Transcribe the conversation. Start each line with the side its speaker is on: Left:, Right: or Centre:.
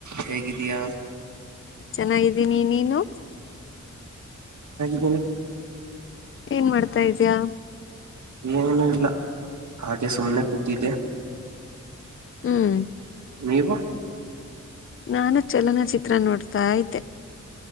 Right: ಹೇಗಿದಾ
Left: ಚೆನ್ನಾಗಿದ್ದೀನಿ ನೀನು
Right: ಹಲ
Left: ಏನ್ ಮಾಡ್ತಾ ಇದ್ಯಾ
Right: ಏನುಇಲ್ಲ ಹಾಗೆ ಸುಮ್ನೆ ಕೂತಿದ್ದೆ
Left: ಹ್ಮ್
Right: ನೀವು
Left: ನಾನು ಚಲನ ಚಿತ್ರ ನೋಡ್ತಾ ಐತೆೆ